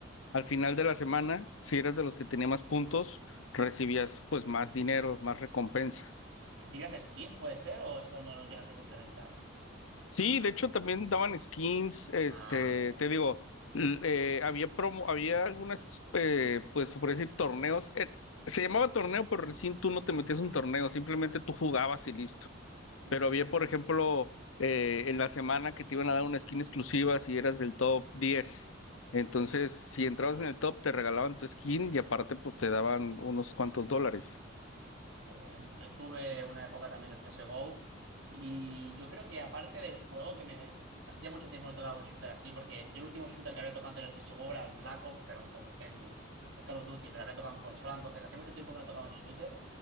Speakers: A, on the left; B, on the right.
A: Al final de la semana, si eras de los que tenía más puntos, recibías pues más dinero, más recompensa.
B: ¿Recibías skins, puede ser? ¿O eso no lo llegasteis a implementar?
A: Sí, de hecho también daban skins, este,
B: Ah, amigo.
A: te digo, l- eh, había promo, había algunas, eh, pues se podría decir torneos, eh, se llamaba torneo, pero recién tú no te metías en un torneo, simplemente tú jugabas y listo.
B: Ujú.
A: Pero había, por ejemplo, eh, en la semana que te iban a dar una skin exclusiva si eras del top 10. Entonces, si entrabas en el top, te regalaban tu skin y aparte, pues te daban unos cuantos dólares.
B: Qué bien. Yo tuve una época también del CSGO y yo creo que aparte del juego que me... Hacía mucho tiempo que no tocaba un shooter así porque yo el último shooter que había tocado antes del CSGO era el Black Ops, pero en, con- en el Call of Duty, pero había tocado en consola, entonces hacía mucho tiempo que no tocaba un shooter.